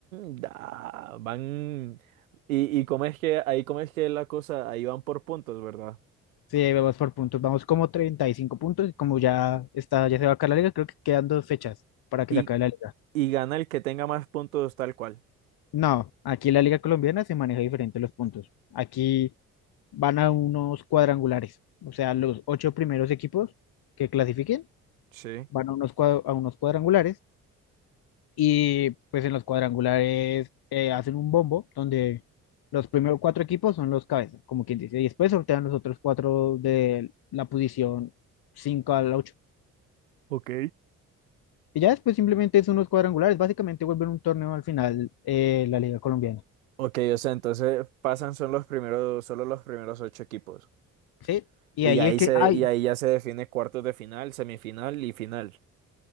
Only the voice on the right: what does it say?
mm, da, van... ¿Y, y cómo es que, ahí cómo es que la cosa, ahí van por puntos, ¿verdad?
y
y gana el que tenga más puntos tal cual.
Sí.
Ok.
Ok, o sea, entonces pasan son los primeros, solo los primeros ocho equipos.
Y
ahí
se,
y ahí ya se define cuartos de final, semifinal y final.